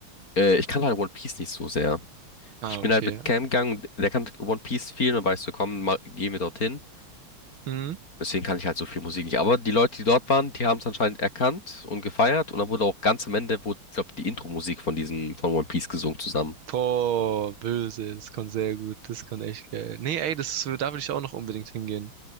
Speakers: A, on the left; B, on the right.
A: Äh, ich kann halt One Piece nicht so sehr.
B: Ah,
A: Ich bin
B: okay.
A: halt mit Cam gegangen, und der kann One Piece viel und weißt du, komm, mal, gehen wir dorthin.
B: Mhm.
A: Deswegen kann ich halt so viel Musik nicht. Aber die Leute, die dort waren, die haben es anscheinend erkannt und gefeiert. Und dann wurde auch ganz am Ende, wurde, glaube die Intro-Musik von diesem, von One Piece gesungen zusammen.
B: Boah, böse, das kommt sehr gut, das kommt echt geil. Nee, ey, das, ist- da will ich auch noch unbedingt hingehen.